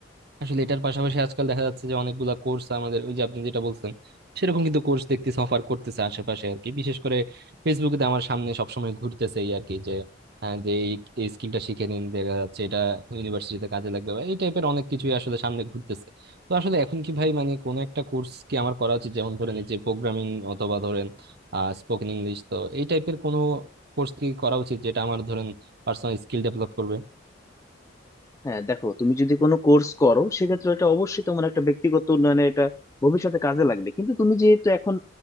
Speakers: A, on the right; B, on the left.
A: আসলে এটার পাশাপাশি আজকাল দেখা যাচ্ছে যে অনেকগুলা কোর্স আমাদের ওই যে আপনি যেটা বলছেন সেরকম কিন্তু কোর্স দেখতেছি অফার করতেছে আশেপাশে আর কি বিশেষ করে ফেসবুকে তো আমার সামনে সবসময় ঘুরতেছে এই আর কি যে আহ, যে এই এই স্কিলটা শিখে নিন দেখা যাচ্ছে এটা ইউনিভার্সিটিতে কাজে লাগবে বা এই টাইপের অনেক কিছুই আসলে সামনে ঘুরতেছে তো আসলে এখন কি ভাই মানে কোন একটা কোর্স কি আমার করা উচিত যেমন ধরেন এই যে প্রোগ্রামিং অথবা ধরেন আহ স্পোকেন ইংলিশ তো এই টাইপের কোনো কোর্স কি করা উচিত যেটা আমার ধরেন পার্সোনাল স্কিল ডেভেলপ করবে
B: হ্যাঁ দেখো তুমি যদি কোনো কোর্স করো সেক্ষেত্রে এটা অবশ্যই তোমার একটা ব্যক্তিগত উন্নয়নে এটা ভবিষ্যতে কাজে লাগবে কিন্তু তুমি যেহেতু এখন